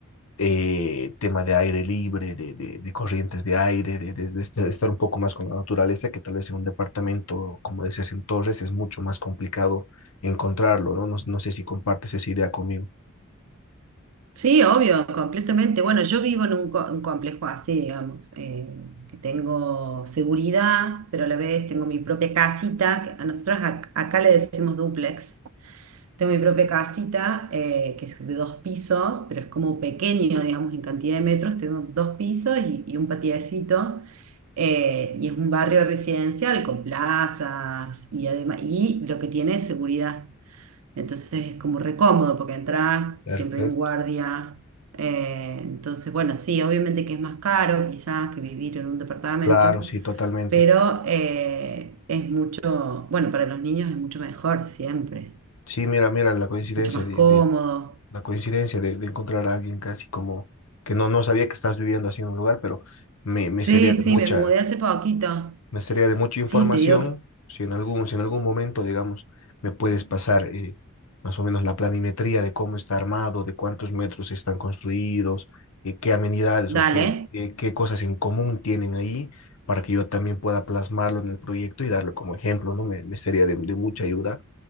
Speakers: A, on the left (about 80°); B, on the right (about 75°).
A: eh, tema de aire libre, de, de- de corrientes de aire, de, de- de est- de estar un poco más con la naturaleza, que tal vez en un departamento, como decías en Torres, es mucho más complicado encontrarlo, ¿no? No, no sé si compartes esa idea conmigo.
B: Sí, obvio, completamente. Bueno, yo vivo en un, co- un complejo así, digamos, eh, que tengo seguridad, pero a la vez tengo mi propia casita, que a nosotros ac- acá le decimos dúplex. Tengo mi propia casita, eh, que es de dos pisos, pero es como pequeño, digamos, en cantidad de metros. Tengo dos pisos y, y un patiecito. eh, y es un barrio residencial con plazas y además, y lo que tiene es seguridad. Entonces es como recómodo porque entras,
A: Perfecto.
B: siempre hay un guardia. eh, entonces, bueno, sí, obviamente que es más caro quizás que vivir en un departamento,
A: Claro, sí, totalmente.
B: pero eh, es mucho, bueno, para los niños es mucho mejor siempre
A: Sí, mira, mira, la coincidencia
B: mucho más
A: de,
B: cómodo.
A: de- la coincidencia de, de encontrar a alguien casi como que no, no sabía que estás viviendo así en un lugar, pero me, me
B: Sí,
A: sería de
B: sí,
A: mucha,
B: me mudé hace poquito.
A: Me sería de mucha información.
B: Sí, te digo que...
A: Si en algún, si en algún momento, digamos, me puedes pasar eh, más o menos la planimetría de cómo está armado, de cuántos metros están construidos, eh, qué amenidades o
B: Dale.
A: qué, qué, qué cosas en común tienen ahí, para que yo también pueda plasmarlo en el proyecto y darlo como ejemplo, ¿no? Me, me sería de, de mucha ayuda